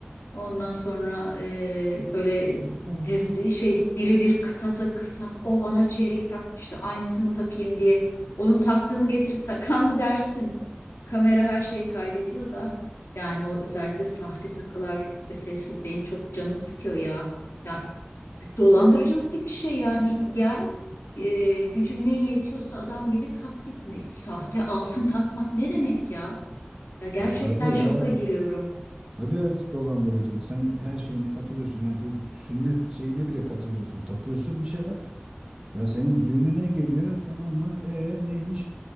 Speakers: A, on the left (about 90°); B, on the right (about 20°).
A: Ondan sonra eee, böyle dizi şey birebir kısasa kısas o bana çeyrek takmıştı aynısını takayım diye. Onun taktığını getirip takan mı dersin? Kamera her şeyi kaydediyor da yani o özellikle sahte takılar meselesi benim çok canımı sıkıyor ya. Ya dolandırıcılık gibi bir şey yani gel eee gücün neye yetiyorsa adam gibi tak git. Ne- Sahte altın takmak ne demek ya? Ya gerçekten
B: Ya tabii
A: şoka
B: ya.
A: giriyorum.
B: Tabii evet, dolandırıcılık. Sen her şeyine katılıyorsun. Yani çocuk sünnet şeyine bile katılıyorsun. Takıyorsun bir şeyler. Ya senin düğününe geliyor tamam mı? E neymiş?